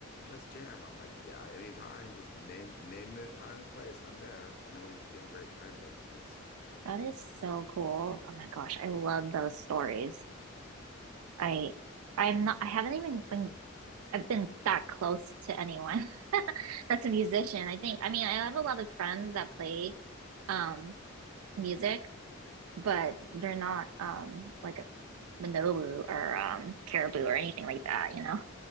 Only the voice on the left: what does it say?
let's jam." I'm like, "Yeah, anytime. Just name name the time and place. I'm there." And then we became great friends ever since.